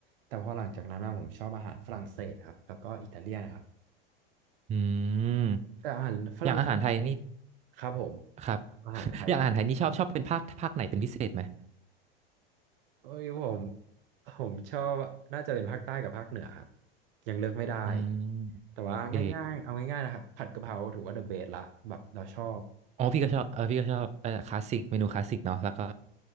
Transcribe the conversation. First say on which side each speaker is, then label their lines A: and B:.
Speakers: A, on the right; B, on the right.
A: แต่พอหลังจากนั้นอะผมชอบอาหารฝรั่งเศสครับแล้วก็อิตาเลียนครับ
B: อืม
A: แต่อาหารฝรั่งเศส
B: อย่างอาหารไทยนี่
A: ครับผม
B: ครับ
A: อาหารไทยครับ
B: <laughs> อย่างอาหารไทยนี่ชอบชอบเป็นภาคภาคไหนเป็นพิเศษไหม
A: เอ้ยผมผมชอบน่าจะเป็นภาคใต้กับภาคเหนือครับยังเลือกไม่ได้
B: อืม
A: แต่ว่าง่ายๆเอาง่ายๆนะครับผัดกะเพราถือว่าเดอะเบสละแบบเราชอบ
B: โอเคอ๋อพี่ก็ชอบเออพี่ก็ชอบเออคลาสสิกเมนูคลาสสิกเนาะแล้วก็